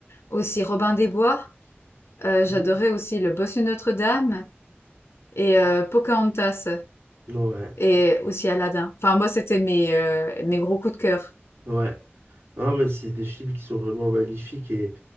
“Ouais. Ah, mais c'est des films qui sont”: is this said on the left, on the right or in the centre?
Right